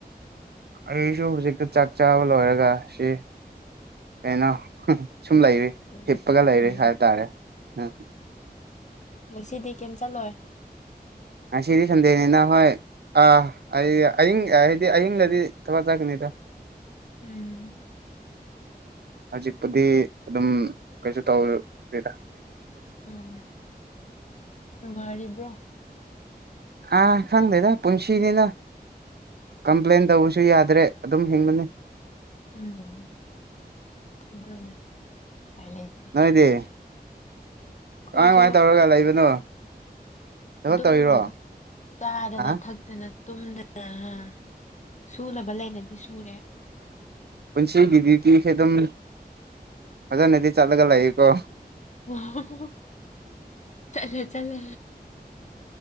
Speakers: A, on the right; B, on the left.
A: ꯑꯩꯁꯨ ꯍꯧꯖꯤꯛꯇ ꯆꯥꯛ ꯆꯥꯕ ꯂꯣꯏꯔꯒ ꯁꯤ ꯀꯩꯅꯣ ꯁꯨꯝ ꯂꯩꯔꯤ
B: ꯎꯝ
A: ꯍꯤꯞꯄꯒ ꯂꯩꯔꯤ
B: ꯎꯝ
A: ꯍꯥꯏꯇꯥꯔꯦ ꯎꯝ
B: ꯁꯤꯗꯤ ꯀꯩꯝ ꯆꯠꯂꯣꯏ
A: ꯑꯁꯤꯗꯤ ꯁꯟꯗꯦꯅꯤꯅ ꯍꯣꯏ ꯑꯥ ꯑꯩ ꯑꯌꯤꯡ ꯍꯥꯏꯗꯤ ꯑꯍꯤꯡꯗꯗꯤ ꯊꯕ ꯆꯥꯒꯅꯤꯗ
B: ꯎꯝ
A: ꯍꯧꯖꯤꯛꯄꯨꯗꯤ ꯑꯗꯨꯝ ꯀꯩꯁꯨ ꯇꯧꯒꯦꯔ
B: ꯎꯝ ꯅꯨꯡꯉꯥꯏꯔꯤꯕ꯭ꯔꯣ
A: ꯑꯥ ꯈꯪꯗꯦꯗ ꯄꯨꯟꯁꯤꯅꯤꯅ ꯀꯝꯄ꯭ꯂꯦꯟ ꯇꯧꯕꯁꯨ ꯌꯥꯗ꯭ꯔꯦ ꯑꯗꯨꯝ ꯍꯤꯡꯕꯅꯤ
B: ꯎꯝ ꯑꯗꯨꯅꯦ ꯎꯄꯥꯏ ꯂꯩꯇꯦ
A: ꯅꯣꯏꯗꯦ
B: ꯑꯩꯈꯣꯏꯁꯨ
A: ꯀꯃꯥꯏ ꯀꯃꯥꯏ ꯇꯧꯔꯒ ꯂꯩꯕꯅꯣ ꯊꯕꯛ
B: ꯑꯗꯨꯝ
A: ꯇꯧꯔꯤꯔꯣ
B: ꯆꯥꯗꯅ
A: ꯑ
B: ꯊꯛꯇꯅ ꯇꯨꯝꯗꯅ ꯑ ꯁꯨꯅꯕ ꯂꯩꯅꯗꯤ ꯁꯨꯔꯦ
A: ꯄꯨꯟꯁꯤꯒꯤꯗꯤꯗꯤꯁꯦ ꯑꯗꯨꯝ ꯐꯖꯅꯗꯤ ꯆꯠꯂꯒ ꯂꯩꯥꯛꯌꯦꯀꯣ
B: <unintelligible> ꯆꯂꯦ ꯆꯂꯦ